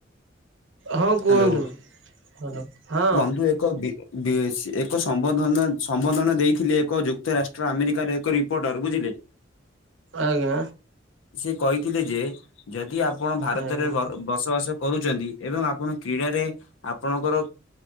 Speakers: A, on the right (about 70°); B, on the left (about 75°).
A: ହଁ କୁହନ୍ତୁ
B: ହ୍ୟାଲୋ
A: ହଲୋ ହଁ
B: ବନ୍ଧୁ ଏକ ବି ବିଏ ସି ଏକ ସମ୍ବଧ ସମ୍ବୋଧନ ଦେଇଥିଲେ ଏକ ଯୁକ୍ତ ରାଷ୍ଟ୍ର ଆମେରିକାର ଏକ ରିପୋର୍ଟର ବୁଝିଲେ
A: ଆଜ୍ଞ।
B: ସେ କହିଥିଲେ ଯେ ଯଦି ଆପଣ ଭାରତରେ
A: ଆଜ୍ଞା
B: ବସ ବସ ବାସ କରୁଛନ୍ତି ଏବଂ ଆପଣ କ୍ରୀଡ଼ାରେ ଆପଣଙ୍କର